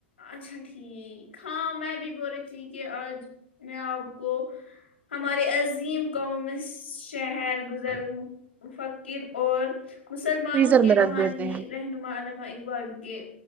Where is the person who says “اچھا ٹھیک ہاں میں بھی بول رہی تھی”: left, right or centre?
Left